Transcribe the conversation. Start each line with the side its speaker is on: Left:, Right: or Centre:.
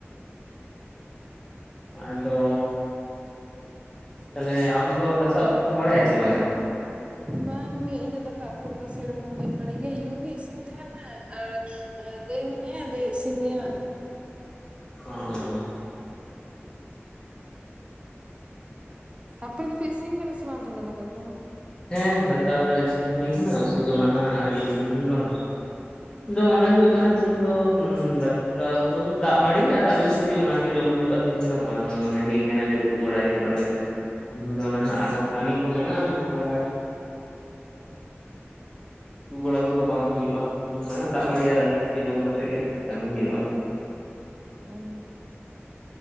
Left: ᱟᱫᱚ ᱛᱟᱦᱚᱞᱮ ᱟᱢ ᱫᱚ ᱫᱟᱠᱟ ᱩᱛᱩ ᱠᱚᱢ ᱵᱟᱲᱟᱭᱟ ᱥᱮ ᱵᱟᱝᱟ?
Right: ᱵᱟᱝᱜᱮ ᱤᱧᱟᱹᱜ ᱫᱟᱠᱟ ᱩᱛᱩ ᱠᱚᱫᱚ ᱥᱮᱨᱚᱠᱚᱢ ᱵᱟᱹᱧ ᱵᱟᱲᱟᱭ ᱜᱮᱭᱟ ᱭᱩ ᱜᱮ ᱤᱥᱤᱱ ᱛᱟᱦᱮᱱᱟ ᱟᱨᱼᱼ ᱫᱟᱹᱭ ᱢᱮᱱᱟᱭᱟ ᱫᱟᱹᱭ ᱥᱤᱢ ᱜᱮᱭᱟ᱾
Left: ᱚᱸᱻ
Right: ᱟᱯᱮ ᱫᱚᱯᱮ ᱤᱥᱤᱱ ᱠᱮᱫᱟ ᱥᱮ ᱵᱟᱝ ᱛᱟᱦᱚᱞᱮ ᱫᱟᱠᱟ ᱠᱚ?
Left: ᱦᱮᱸ ᱫᱟᱠᱟ ᱤᱥᱤᱱ ᱦᱩᱭ ᱟᱠᱟᱱᱟ ᱩᱛᱩ ᱫᱚ ᱱᱟᱦᱟᱜ ᱟᱨᱨᱤ ᱤᱥᱤᱱ ᱦᱩᱭᱩᱜᱼᱟ᱾ ᱫᱚ ᱚᱱᱮ ᱦᱩᱭᱩᱜ ᱠᱟᱱᱟ ᱛᱤᱦᱤᱧ ᱫᱚ ᱫᱟᱼᱼ ᱠᱟᱣ ᱫᱚ ᱫᱟᱜ ᱢᱟᱹᱲᱤ ᱟᱨ ᱟᱹᱞᱩ ᱥᱤᱯᱤ ᱚᱱᱟ ᱜᱮ ᱡᱚᱢ ᱦᱩᱭᱩᱜᱼᱟ ᱛᱮᱦᱮᱧ ᱫᱚ ᱵᱟᱝ ᱢᱟᱱᱮ ᱦᱩᱭ ᱟᱠᱟᱱᱟ ᱡᱮ ᱩᱛᱩ ᱵᱟᱲᱟᱭᱼᱼ ᱦᱩᱭᱩᱜᱼᱟ ᱢᱮᱱᱛᱮ ᱛᱮᱦᱮᱧ ᱫᱚ ᱱᱟᱦᱟᱜ ᱟᱨᱚ ᱠᱟᱹᱢᱤ ᱠᱚ ᱢᱮᱱᱟᱜᱼᱟ ᱛᱟᱦᱚᱞᱮ᱾ ᱛᱟᱹᱛᱩ ᱵᱟᱲᱟ ᱠᱚᱫᱚ ᱵᱟᱝ ᱦᱩᱭᱩᱜᱼᱟ ᱚᱱᱟ ᱫᱟᱜ ᱢᱟᱹᱲᱤ ᱟᱨ ᱟᱹᱞᱩ ᱥᱤᱯᱤ ᱡᱚᱢ ᱠᱟᱛᱮᱮᱫ ᱜᱮ ᱠᱟᱹᱢᱤ ᱦᱩᱭᱩᱜᱼᱟ᱾
Right: ᱦᱸ